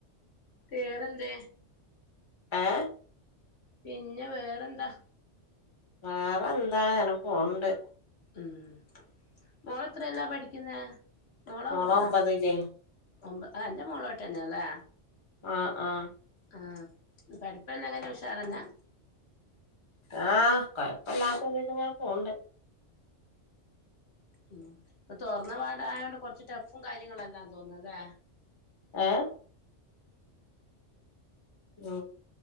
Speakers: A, on the left; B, on the left.
A: വേറെന്തേ
B: ഏ
A: പിന്നെ വേറെന്താ
B: വേറെ എന്താ അങ്ങനെ പോണുണ്ട്
A: ഉം മോളെത്രേല പഠിക്കുന്ന് മോളോ
B: മോള
A: മോനോ
B: ഒമ്പതിലേ
A: ഒമ്പത് ആ എന്റെമോളെ കൂട്ട് തന്നെ അല്ലേ
B: ആ ആ
A: ആ പഠിപ്പ് എല്ലാം എങ്ങനെ ഉഷാറന്നാ
B: ആ കൊഴപ്പില്ലാത്തതില് അങ്ങനെ പോണുണ്ട്
A: ഉം ഇപ്പൊ തുറന്നപാട് ആയതോണ്ട് കൊറച്ച് ടെഫും കാര്യങ്ങളും എല്ലാം തോന്ന അല്ലെ
B: ഏ ആ